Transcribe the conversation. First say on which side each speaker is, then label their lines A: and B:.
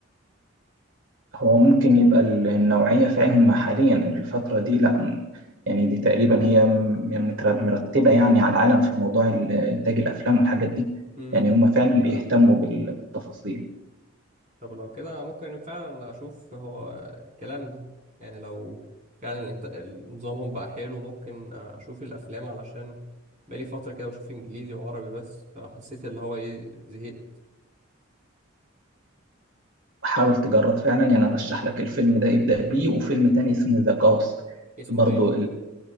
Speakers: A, on the right; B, on the right.
A: هو ممكن يبقى ال- النوعية فاهم حاليا الفترة دي لا م- يعني دي تقريبا هي م- متر- مرتبة يعني على العالم في موضوع ال- إنتاج الأفلام والحاجات دي
B: مم.
A: يعني هم فعلا بيهتموا بال- بالتفاصيل
B: طب لو كده ممكن فعلا أشوف هو الكلام ده يعني لو فعلا الإنت- نظامهم بقى حلو ممكن أشوف الأفلام علشان بقالي فترة كده بشوف إنجليزي وعربي بس فحسيت اللي هو إيه زهقت
A: فحاول تجرب فعلا يعني أنا برشح لك الفيلم ده ابدأ بيه وفيلم تاني اسمه ذا جوست
B: اسمه
A: برضو
B: ده إيه؟